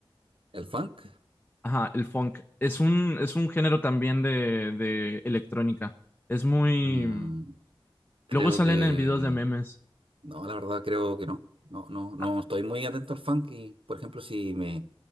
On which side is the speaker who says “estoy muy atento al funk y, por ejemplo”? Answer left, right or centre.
Right